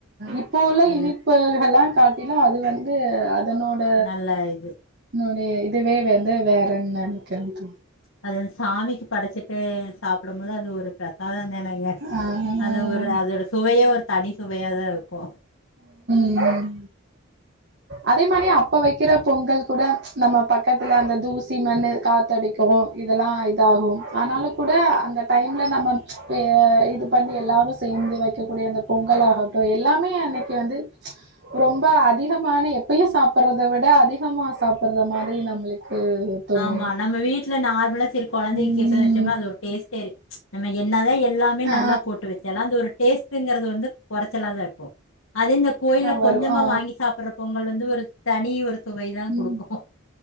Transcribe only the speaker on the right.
இப்ப போல
இனிப்புகள் எல்லாம் கட் அப்பனா அது வந்து தன்னோட
நொடி இதுவே வந்து வேறன்னு நினைக்க
ஆ
ம் அதே மாதிரி அப்ப வைக்கிற பொங்கல் கூட நம்ம பக்கத்துல அந்த தூசி மண்ணு காத்தடிக்கும் இதெல்லாம் இதாகும் ஆனாலும் கூட அந்த டைம்ல நம்ம இது பண்ணி எல்லாரும் சேர்ந்து வைக்கக்கூடிய அந்த பொங்கலோட எல்லாமே அன்னைக்கு வந்து ரொம்ப அதிகமான எப்பயையும் சாப்படுறத விட அதிகமா சாப்பிடுற மாதிரி நம்மளுக்கு ம் தோணும்
ம்
ஆ
வரும்
ஆ
ம்